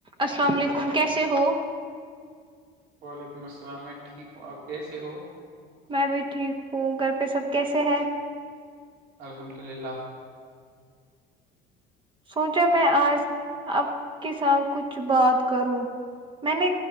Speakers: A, on the right (about 25°); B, on the right (about 60°).
A: السلام علیکم کیسے ہو
B: وعلیکم السلام میں ٹھیک ہوں آپ کیسے ہو
A: میں بھی ٹھیک ہوں گھر پہ سب کیسے ہیں
B: الحمد للہ
A: سوچا میں آج آپ کے ساتھ کچھ بات کروں میں نے